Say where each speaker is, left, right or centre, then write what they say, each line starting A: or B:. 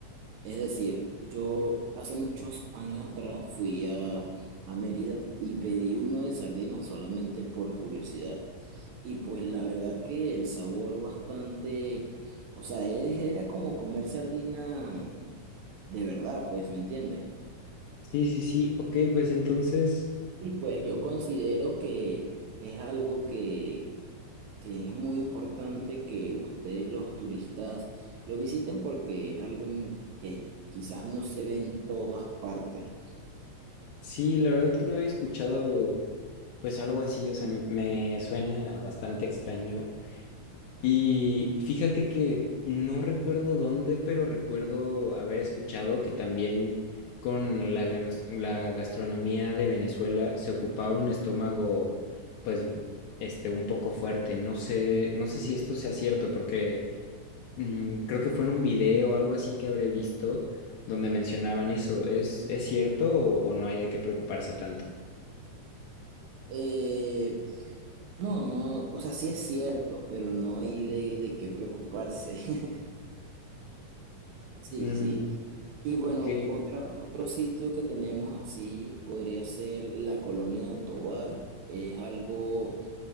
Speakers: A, on the right; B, on the left.
A: Es decir, yo hace muchos años atrás fui a, a Mérida y pedí uno de sardinas solamente por curiosidad. Y pues la verdad que el sabor bastante, o sea, es- era como comer sardina de verdad, pues, ¿me entiendes?
B: Sí, sí, sí. Ok, pues entonces,
A: Y pues yo considero que es algo que, que es muy importante que ustedes los turistas lo visiten porque es algo que quizás no se ve en todas partes.
B: sí, la verdad que no había escuchado pues algo así, o sea, me, me suena bastante extraño. Y fíjate que no recuerdo dónde, pero recuerdo haber escuchado que también con la, ganos- la gastronomía de Venezuela se ocupaba un estómago pues este un poco fuerte. No sé, no sé si esto sea cierto, porque Mm, creo que fue en un video o algo así que habré visto donde mencionaban eso. ¿Es, es cierto o, o no hay de qué preocuparse tanto?
A: Eh, no, no, o sea, sí es cierto, pero no hay de, de qué preocuparse. <laughs> Sí,
B: Mm,
A: sí. Y bueno,
B: ok.
A: otra, otro sitio que tenemos así podría ser la Colonia Tovar. Es algo,